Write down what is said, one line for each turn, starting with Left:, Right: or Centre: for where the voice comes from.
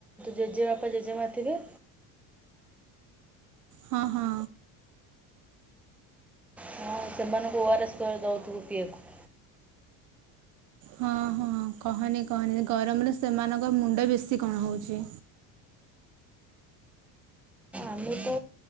Centre: ଜେଜେବାପା ଜେଜେମା ଥିବେ?
Right: ହଁ ହଁ।
Centre: ହୁଁ ସେମାନୁଙ୍କୁ ଓ ଆର ଏସ୍ କରି ଦଉଥିବୁ ପିଇବାକୁ।
Right: ହଁ ହଁ କହନି କହନିରେ ଗରମରେ ସେମାନଙ୍କ ମୁଣ୍ଡ ବେଶୀ କଣ ହଉଚି।
Centre: ଆମେ ତ